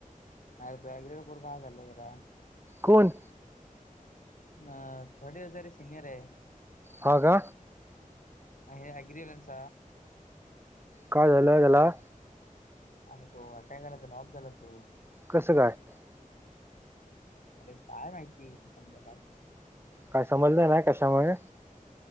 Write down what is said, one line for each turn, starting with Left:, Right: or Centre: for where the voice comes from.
Left: अ तुग पूर का आगल जरा
Right: कोण
Left: अ थर्ड इयर हजारे सिनियर आहे
Right: ह
Left: अ अग्रिलनस
Right: काय झालं झाला
Left: आणि तो अटॅक आला त लॉब झाला तो
Right: कसं घाट
Left: अरे काय माहिती आहे समजाता
Right: काय समजलं नाही कशामुळे